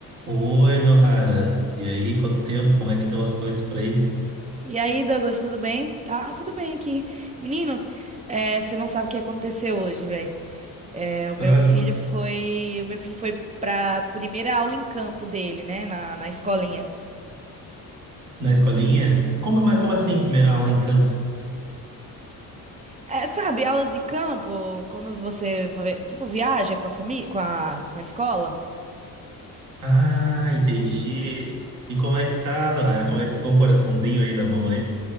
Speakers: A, on the right; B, on the right.
A: Oi, Nohara. E aí, quanto tempo? Como é que estão as coisas por aí?
B: E aí, Douglas, tudo bem? Tá, tudo bem aqui. Menino, é, você não sabe o que aconteceu hoje, velho. o
A: Hã?
B: meu filho foi, o meu filho foi pra primeira aula em campo dele, né, na, na escolinha.
A: Na escolinha? Como, mas como assim, primeira aula em campo?
B: É, sabe, aula de campo, quando você, vai- tipo, viaja com a família, com a, com a escola.
A: Ah, entendi. E como é que tá, Nohara? Como é que ficou o coraçãozinho aí da mamãe?